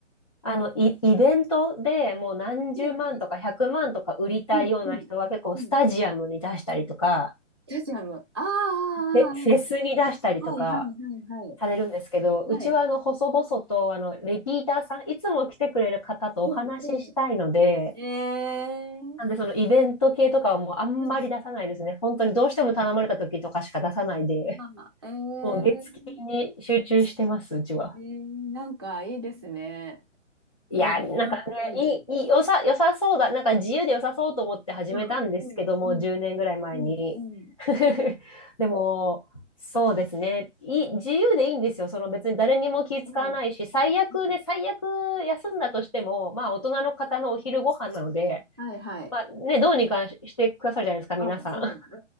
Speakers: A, on the left; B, on the right.
A: あのイ、イベントでもう何十万とか100万とか売りたいような人は結構スタジアムに出したりとか、
B: い、はい。うん、うん、うん。スタジアム。ああ、あああ
A: フェ、フェスに出したりとか
B: あはい、はい、はい、
A: されるんですけど、うちはあの細々とあのリピーターさん、
B: はい。はい、
A: いつも来てくれる方とお話ししたいので、
B: うん、うん。ええ、
A: なんでそのイベント系とかはもうあんまり出さないですね。
B: はい
A: 本当にどうしても頼まれた時とかしか出さないで。
B: ああ、ええ
A: もう月金に集中してます、うちは。
B: えー、なんかいいですね。
A: いや、
B: この店みたいな。
A: なんかね、いい、いい、良さ、良さそうだ。なんか自由で良さそうと思って始めたんですけども、
B: うん、うん、うん、
A: 10年ぐらい前に。
B: うん、うん、うん、
A: <laughs> でも、そうですね。いい、自由でいいんですよ。その別に誰にも気使わないし、
B: うん、うん。
A: 最悪ね、
B: うん
A: 最悪休んだとしても、まあ大人の方のお昼ご飯なので、
B: はいはい。
A: まあね、どうにかしてくださるじゃないですか、皆さん。
B: うん、うん、
A: <laughs>
B: う